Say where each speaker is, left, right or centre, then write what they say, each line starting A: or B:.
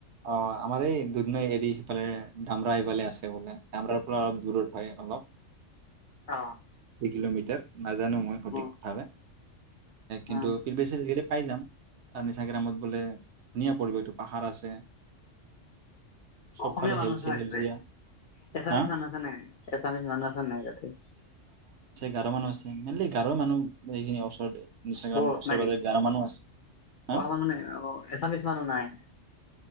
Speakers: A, on the right; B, on the left.
A: অ আমাৰ এই দুন এৰি সফালে ডামৰা ইফালে আছে বোলে ডামৰাৰ পৰা অলপ দূৰৰ। হয় অলপ
B: অ
A: দু ই কিলোমিটাৰঁ। নাজানো মই সঠিকভাৱে
B: উম
A: কিন্তু
B: উম
A: পিবেচি। খাই যাম তাৰ নিচাগেৰাামত গলে ধুনীয়া পৰিব এইটো পাহাৰ আছে। চবফালে
B: অসমীয়া মানুহ
A: সেউজীয়া
B: আছে নাই
A: সেউজীয়া
B: তাতে এছামিছ
A: হা
B: মানুহ আছে নে এছামিছ মানুহ আছে নাই ততে।
A: গাৰু মানুহ আছি। মলি গাঁৱৰ মানুহ এইখিনি ওচৰতে। নিচাগ্ৰামৰ
B: বহুত
A: ওচৰে
B: নাকি
A: পাজৰে গাৰো মানুহ আছে হা
B: প মানে অ এছামিচ মানুহ নাই।